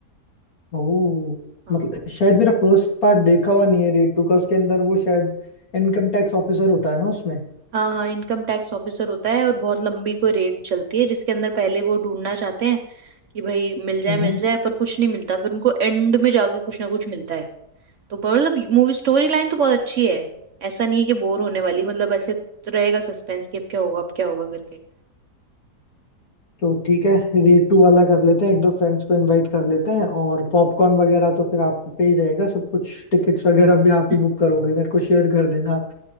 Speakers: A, on the left; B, on the right.
A: ओह
B: हाँ
A: मतलब शायद मेरा फर्स्ट पार्ट देखा हुआ नहीं है रेड टू का उसके अंदर वो शायद इनकम टैक्स ऑफिसर होता है ना उसमें
B: हाँ हाँ इनकम टैक्स ऑफिसर होता है और बहुत लंबी कोई रेड चलती है जिसके अंदर पहले वो ढूंढना चाहते हैं कि भाई मिल जाए
A: हम्म
B: मिल जाए पर कुछ नहीं मिलता फिर उनको एंड में जाके कुछ ना कुछ मिलता है तो मतलब मूवी स्टोरी लाइन तो बहुत अच्छी है ऐसा नहीं है कि बोर होने वाली मतलब ऐसे तो रहेगा सस्पेंस कि अब क्या होगा अब क्या होगा करके
A: तो ठीक है रेड टू वाला कर लेते हैं एक दो फ्रेंड्स को इनवाइट कर लेते हैं और पॉपकॉर्न वगैरह तो फिर आप पे ही रहेगा सब कुछ टिकट्स वगैरह भी आप
B: <laughs>
A: ही बुक करोगे मेरे को शेयर कर देना आप